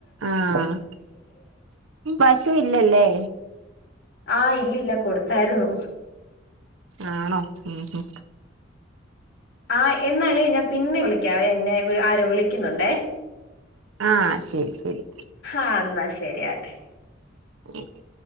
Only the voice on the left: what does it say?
ആ ഇല്ലി ല്ല കൊടുത്തായിരുന്നു
ആ എന്നാലേ ഞാൻ പിന്നെ വിളിക്കാവേ ആരോ വിളിക്കുന്നുണ്ട്
ആഹ് എന്നാ ശരിയാട്ടെ